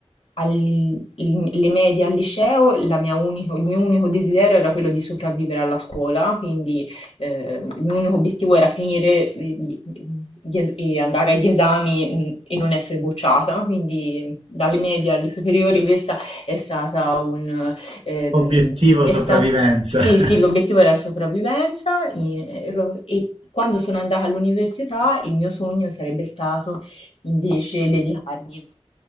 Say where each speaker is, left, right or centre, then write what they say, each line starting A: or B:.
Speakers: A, on the left; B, on the right.
A: al- l- le medie al liceo, la mia unico- il mio unico desiderio era quello di sopravvivere alla scuola, quindi eh, il mio unico obiettivo era finire gli- gli es- e andare agli esami mh, e non essere bocciata, quindi mm, dalle medie alle superiori questa è stata un... ehm,
B: Obiettivo
A: è
B: sopravvivenza.
A: sta- sì,
B: <laughs>
A: sì, l'obiettivo era la sopravvivenza e e quando sono andata all'università il mio sogno sarebbe stato invece dedicarmi